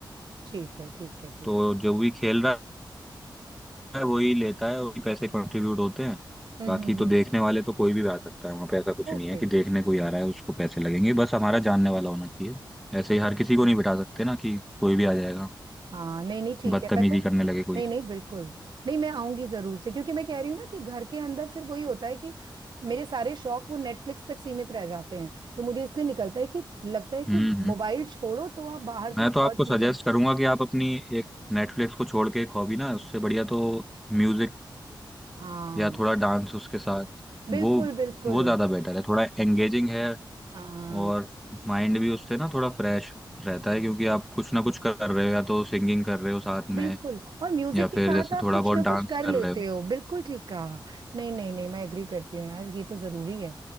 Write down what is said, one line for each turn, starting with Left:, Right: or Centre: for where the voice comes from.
Right: ठीक है ठीक है ठीक
Centre: तो जो भी खेल रहा है वही लेता है वही पैसे कंट्रीब्यूट होते हैं
Right: है
Centre: बाकी
Right: हम्म हम्म
Centre: तो
Right: हम्म
Centre: देखने वाले तो कोई भी आ सकता है वहां पे ऐसा कुछ
Right: ओके
Centre: नहीं है कि देखने कोई आ रहा है उसको पैसे लगेंगे बस हमारा जानने वाला होना चाहिए ऐसे ही हर
Right: हाँ।
Centre: किसी को नहीं बिठा सकते ना कि कोई भी आ जाएगा
Right: हाँ नहीं नहीं ठीक
Centre: बदतमीजी
Right: है पता है
Centre: करने लगे कोई
Right: नहीं नहीं बिल्कुल नहीं मैं आऊंगी जरूर से क्योंकि मैं कह रही हूँ ना कि घर के अंदर फिर वही होता है कि मेरे सारे शौक वो नेटफ्लिक्स तक सीमित रह जाते हैं तो मुझे इसलिए निकलता है कि लगता है कि
Centre: हम्म हम्म।
Right: मोबाइल छोड़ो तो आप बाहर
Centre: मैं
Right: कुछ
Centre: तो आपको
Right: और चीजें
Centre: सजेस्ट करूंगा कि आप अपनी एक नेटफ्लिक्स को छोड़ के एक हॉबी ना उससे बढ़िया तो म्यूजिक
Right: हाँ
Centre: या थोड़ा डांस उसके साथ
Right: बिल्कुल
Centre: वो
Right: बिल्कुल
Centre: वो ज्यादा बेटर है थोड़ा एंगेजिंग है
Right: हाँ
Centre: और माइंड भी उससे ना थोड़ा फ्रेश रहता है क्योंकि आप कुछ ना कुछ कर रहे हो या तो सिंगिंग कर रहे हो साथ
Right: बिल्कुल
Centre: में
Right: और म्यूजिक
Centre: या फिर
Right: के साथ
Centre: जैसे
Right: आप
Centre: थोड़ा
Right: कुछ
Centre: बहुत
Right: ना
Centre: डांस
Right: कुछ कर
Centre: कर
Right: लेते
Centre: रहे हो
Right: हो बिल्कुल ठीक कहा नहीं नहीं नहीं मैं एग्री करती हूँ यार ये तो जरूरी है